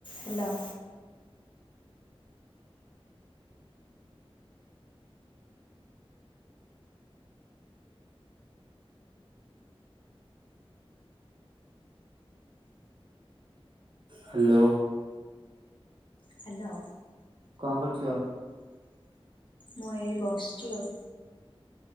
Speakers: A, on the left; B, on the right.
A: Hello.
B: Hello.
A: Hello.
B: କଣ କରୁଚ?
A: ମୁଁ ଏଇ ବସିଚି ଆଉ।